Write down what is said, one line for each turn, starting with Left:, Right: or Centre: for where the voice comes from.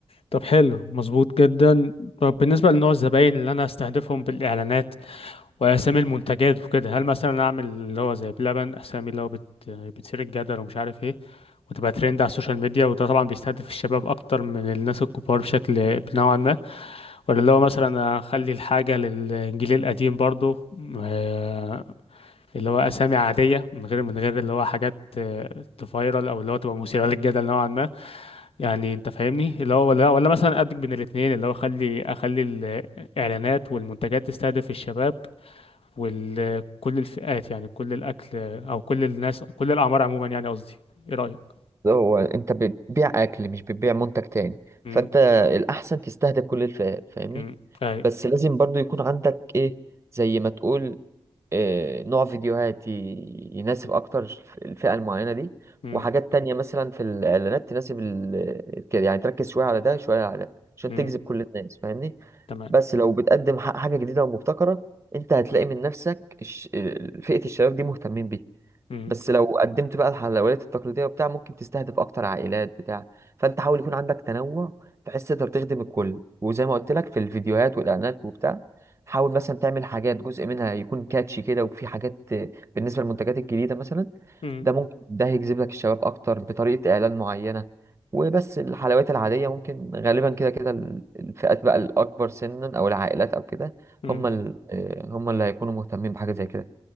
Left: طب حلو مظبوط جدا طب بالنسبة لنوع الزباين اللي أنا أستهدفهم بالإعلانات وأسامي المنتجات وكده هل مثلا أعمل اللي هو زي بلبن أسامي اللي هو بت... بتثير الجدل ومش عارف إيه وتبقى ترند على السوشيال ميديا وده طبعا بيستهدف الشباب أكتر من الناس الكبار بشكل نوعا ما ولا اللي هو مثلا أخلي الحاجة للجيل القديم برضه آه، اللي هو أسامي عادية من غير من غير اللي هو حاجات آه، تفايرل أو اللي هو تبقى مثيرة للجدل نوعا ما يعني انت فاهمني اللي هو ولا ولا مثلا ادمج بين الاثنين اللي هو اخلي اخلي الاعلانات والمنتجات تستهدف الشباب وكل الفئات يعني كل الاكل او كل الناس كل الاعمار عموما يعني قصدي ايه رايك
Right: هو أنت بتبيع أكل مش بتبيع منتج تاني
Left: امم
Right: فأنت الأحسن تستهدف كل الفئات فاهمني
Left: امم اي
Right: بس لازم برضو يكون عندك ايه زي ما تقول إيه نوع فيديوهات ي- يناسب اكتر الف- الفئة المعينة دي
Left: امم
Right: وحاجات تانية مثلا في الاعلانات تناسب ال... كده يعني تركز شوية على ده شوية على ده عشان
Left: امم
Right: تجذب كل الناس فاهمني
Left: تمام
Right: بس لو بتقدم ح- حاجة جديدة ومبتكرة انت هتلاقي من نفسك الش... فئة الشباب دي مهتمين بيها
Left: امم
Right: بس لو قدمت بقى الحلويات التقليدية وبتاع ممكن تستهدف أكتر عائلات بتاع فأنت حاول يكون عندك تنوع بحيث تقدر تخدم الكل وزي ما قلت لك في الفيديوهات والإعلانات وبتاع حاول مثلا تعمل حاجات جزء منها يكون كاتشي كده وفي حاجات آه، بالنسبة للمنتجات الجديدة مثلا
Left: امم
Right: ده ممكن ده هيجذب لك الشباب أكتر بطريقة إعلان معينة وبس الحلويات العادية ممكن غالبا كده كده ال- الفئات بقى الأكبر سنا أو العائلات أو كده
Left: امم
Right: هم ال- آه، هم اللي هيكونوا مهتمين بحاجة زي كده